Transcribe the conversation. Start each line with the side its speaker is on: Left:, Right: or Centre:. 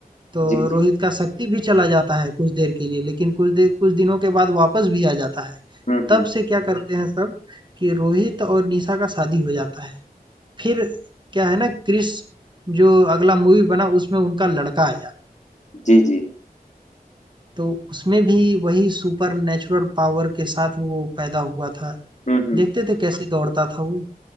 Right: तो
Left: जी
Right: रोहित
Left: जी
Right: का शक्ति भी चला जाता है कुछ देर के लिए लेकिन कुछ देर कुछ दिनों के बाद वापस भी आ जाता है।
Left: हम्म हम्म
Right: तब से क्या करते हैं सब कि रोहित और निशा का शादी हो जाता है। फिर क्या है ना क्रिश जो अगला मूवी बना उसमें उनका लड़का आया।
Left: जी जी
Right: तो उसमें भी वही सुपरनैचुरल पावर के साथ वो पैदा हुआ था।
Left: हम्म हम्म
Right: देखते थे कैसे दौड़ता था वो।